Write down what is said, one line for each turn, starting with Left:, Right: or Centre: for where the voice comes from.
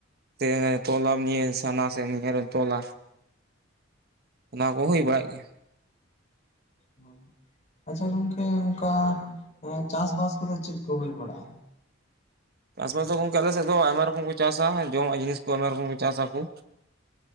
Right: ᱛᱮ ᱛᱚᱞᱟᱢ ᱱᱤᱭᱟᱹ ᱥᱟᱢᱱᱟ ᱥᱮᱢᱱᱤ ᱱᱤᱭᱟᱹ ᱨᱮᱢ ᱛᱚᱞᱟ ᱚᱱᱟ ᱠᱩ ᱦᱩᱭ
Left: ᱦᱳᱭ
Right: ᱵᱟᱲᱟᱜ ᱜᱮᱭᱟ
Left: ᱦᱳᱭ ᱟᱪᱪᱷᱟ ᱜᱚᱝᱠᱮ ᱚᱱᱠᱟ ᱮ ᱪᱟᱥ ᱵᱟᱥ ᱠᱚᱫᱚ ᱪᱮᱫ ᱠᱚ ᱦᱩᱭ ᱵᱟᱲᱟᱜ-ᱟ
Right: ᱪᱟᱥ ᱵᱟᱥ ᱫᱚ ᱜᱚᱝᱠᱮ ᱟᱞᱮ ᱥᱮᱫ ᱫᱚ ᱟᱭᱢᱟ ᱨᱚᱠᱚᱢ ᱠᱚ ᱪᱟᱥᱟ ᱡᱚᱢᱟᱜ ᱡᱤᱱᱤᱥ ᱠᱚ ᱟᱭᱢᱟ ᱨᱚᱠᱚᱢ ᱠᱚ ᱪᱟᱥ ᱟᱠᱚ